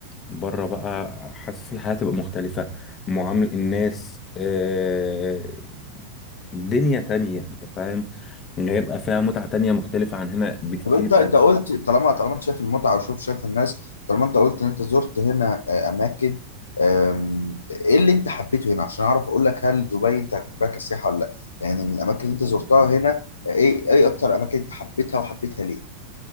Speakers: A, on the left; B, on the left.
A: بره بقى حاسس الحياة تبقى مختلفة معامل الناس آه، الدنيا تانية انت فاهم إن هيبقى فيها متعة تانية مختلفة عن هنا بكتير
B: طب انت انت
A: أوي
B: قلت طالما طالما انت شايف المتعه وشوف شايف الناس طالما انت قلت ان انت زرت هنا آه، اماكن آم، ايه اللي انت حبيته هنا عشان اعرف اقول لك هل دبي انت هتحبها كسياحه ولا لا يعني من الاماكن اللي انت زرتها هنا آه، ايه ايه اكتر اماكن انت حبيتها وحبيتها ليه